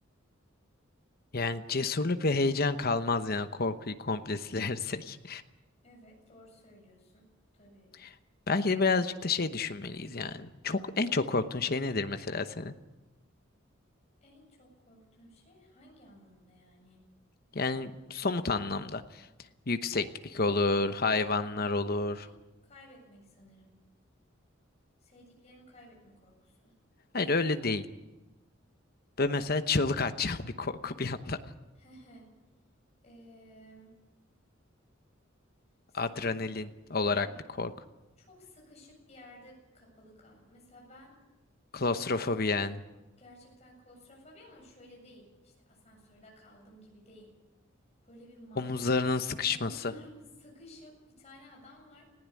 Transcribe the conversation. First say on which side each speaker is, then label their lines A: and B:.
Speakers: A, on the left; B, on the left.
A: Yani cesurluk ve heyecan kalmaz yani korkuyu komple silersek.
B: Evet, doğru söylüyorsun. Bu tabii
A: <laughs> Belki de birazcık da şey düşünmeliyiz yani. Çok en çok korktuğun şey nedir mesela senin?
B: en çok korktuğun şey hangi anlamda yani?
A: Yani somut anlamda. Yükseklik
B: Sevdiklerin
A: olur, hayvanlar
B: Sevdiklerimi
A: olur.
B: kaybetmek sanırım. Sevdiklerimi kaybetme korkusu.
A: Hayır öyle değil. Böyle mesela çığlık atacağım <laughs> bir korku bir anda.
B: <laughs> Eee, sanırım
A: <laughs> Adrenalin
B: böyle
A: olarak
B: evet
A: bir korku.
B: çok sıkışık bir yerde kapalı kal. Mesela ben
A: Klostrofobi yani.
B: gerçekten klostrofobi ama şöyle değil. İşte asansörde kaldım gibi değil. Böyle bir ma
A: Omuzlarının sıkışması.
B: Omuzlarımız sıkışıp bir tane adam var.